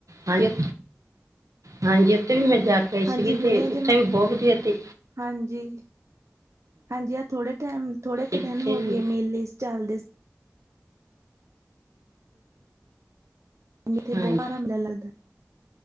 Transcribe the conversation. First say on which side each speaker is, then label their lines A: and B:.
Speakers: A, on the right (about 80°); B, on the right (about 65°).
A: ਹਾਂਜੀ- ਹਾਂਜੀ। ਉਥੇ ਵੀ ਮੈਂ ਜਾ ਕੇ ਆਈ
B: ਹਾਂਜੀ
A: ਸੀਗੀ
B: ਹੁਣੇ
A: ਤੇ
B: ਜੇ
A: ਉੱਥੇ
B: ਮ
A: ਵੀ ਬਹੁਤ ਵਧੀਆ ਤੇ
B: ਹਾਂਜੀ। ਹਾਂਜੀ। ਐ ਥੋੜੇ ਟੈਮ ਥੋੜੇ ਕ
A: ਇੱਥੇ
B: ਦਿਨ ਹੋ
A: ਵੀ
B: ਗਏ ਮੇਲੇ ਸ ਚੱਲਦੇ ਸੀ। ਬਹੁਤ
A: ਹਾਂਜੀ
B: ਭਾਰਾ ਮੇਲਾ ਲੱਗਦਾ ਹੈ। <unintelligible>